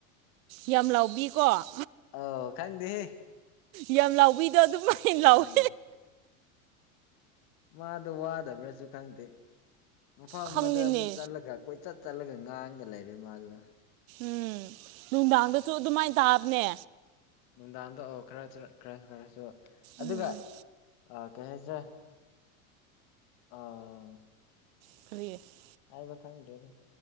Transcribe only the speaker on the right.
ꯌꯥꯝ ꯂꯥꯎꯕꯤꯀꯣ
ꯌꯥꯝ ꯂꯥꯎꯕꯤꯗꯣ ꯑꯗꯨꯃꯥꯏꯅ ꯂꯥꯎꯋꯦ
ꯈꯪꯉꯤꯅꯦ
ꯎꯝ ꯅꯨꯡꯗꯥꯡꯗꯁꯨ ꯑꯗꯨꯃꯥꯏꯅ ꯇꯥꯕꯅꯦ
ꯎꯝ
<unintelligible>